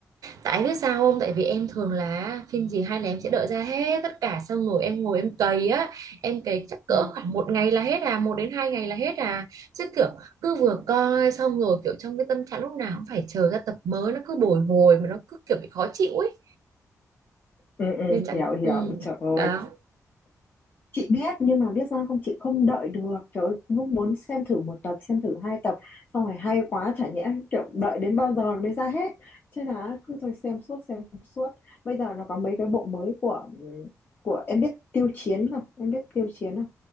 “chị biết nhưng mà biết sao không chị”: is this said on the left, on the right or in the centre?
Left